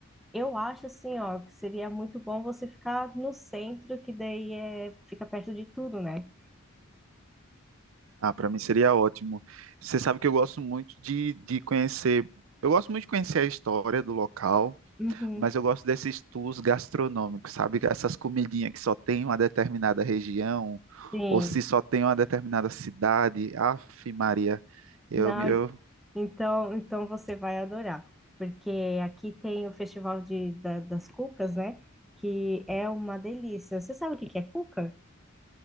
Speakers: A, in the centre; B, on the right (about 75°).
A: Eu acho assim, ó, que seria muito bom você ficar no centro, que daí é, fica perto de tudo, né?
B: Ah, para mim seria ótimo. Você sabe que eu gosto muito de, de conhecer, eu gosto muito de conhecer a história do local.
A: Uhum.
B: Mas eu gosto desses tours gastronômicos, sabe? Essas comidinhas que só tem uma determinada região,
A: Sim.
B: ou se só tem uma determinada cidade. Aff, Maria, eu,
A: Não,
B: eu,
A: e- então, então você vai adorar, porque aqui tem o Festival de, da- das Cucas, né? Que é uma delícia. Você sabe o que que é cuca?